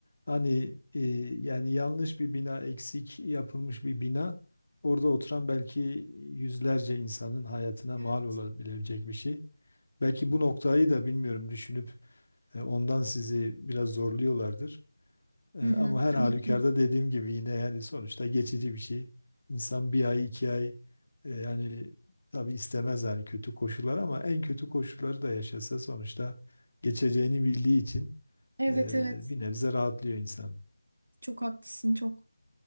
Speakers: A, on the left; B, on the right.
A: hani e, yani yanlış bir bina eksik yapılmış bir bina orada oturan belki yüzlerce insanın hayatına
B: Evet.
A: mal olabilecek bir şey. Belki bu noktayı da bilmiyorum düşünüp e, ondan sizi biraz zorluyorlardır. E, ama
B: Hı hı.
A: her
B: Tabii
A: halükarda
B: ki.
A: dediğim gibi yine yani sonuçta geçici bir şey. İnsan bir ay iki ay e, yani tabii istemez yani kötü koşullar ama en kötü koşulları da yaşasa sonuçta geçeceğini bildiği için
B: Evet
A: ee,
B: evet
A: bir nebze rahatlıyor insan.
B: çok haklısın çok.